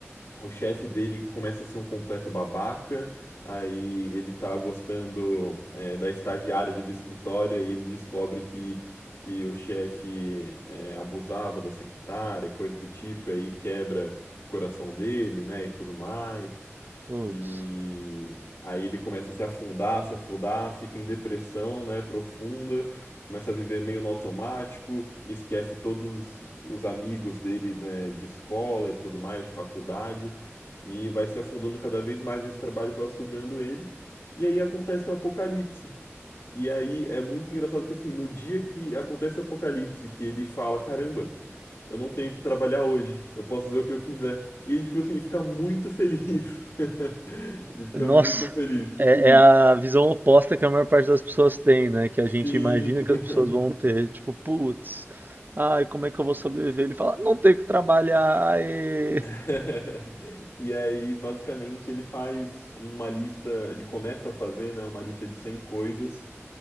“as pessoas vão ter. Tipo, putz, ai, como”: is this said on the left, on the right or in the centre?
Right